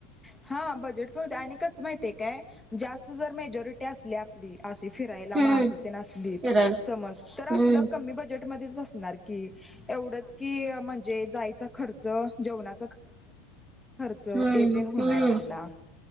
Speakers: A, in the centre; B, on the right.
A: हा बजेट आणि कसं माहितीये काय जास्त जर मेजॉरिटी असली आपली अशी फिरायला
B: हम्म.
A: माणसं तेन असलीत
B: फिरायला
A: समज तर आपलं
B: हम्म.
A: कमी बजेटमध्येच बसणार की एवढंच की म्हणजे जायचा खर्च जेवणाचा खर्च
B: हम्म.
A: ते तेन होणार
B: हम्म
A: आपला